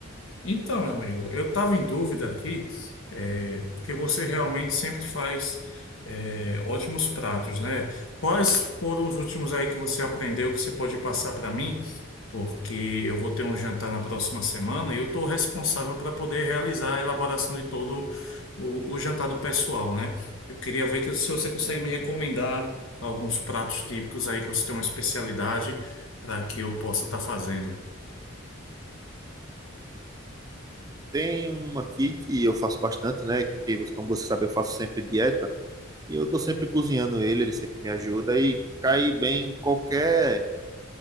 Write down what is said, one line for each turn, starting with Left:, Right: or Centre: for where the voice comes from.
Left: Então, meu amigo, eu estava em dúvida aqui, é, porque você realmente sempre faz, é, ótimos pratos, né? Quais foram os últimos aí que você aprendeu que você pode passar para mim? Porque eu vou ter um jantar na próxima semana e eu estou responsável para poder realizar a elaboração de todo o, o jantar do pessoal, né? Eu queria ver que, se você
Right: Sim,
Left: consegue me recomendar
Right: amigo.
Left: alguns pratos típicos aí que você tem uma especialidade para que eu possa estar fazendo.
Right: Tem uma aqui que eu faço bastante, né? Que, você- como você sabe, eu faço sempre dieta. E eu tô sempre cozinhando ele, ele sempre me ajuda e cai bem em qualquer,